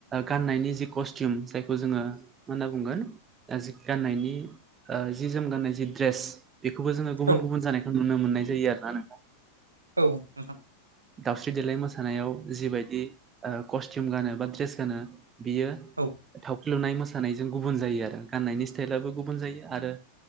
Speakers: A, on the right; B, on the right.
A: गाननाय जि कसटिम जायखौ जोङो मा होनना बुंगोन गाननायनि ओ जि जोम गान्नाय जि द्रेस बेखौबो जोङो गुबुन
B: औ
A: गुबुन जानायखौ नुनो मोननाय जायो आरोना नोंथा।
B: औ नोंथां।
A: दावस्रि देेलाय मोसानायाव जि बायदि ओ कस्टिम गानो बा ड्रेस गानो बियो
B: औ
A: थावख्रि लुनाय मोसानायजों गुबुन जायो आरो गाननायनि स्टाइलाबो गुबुन जायो आरो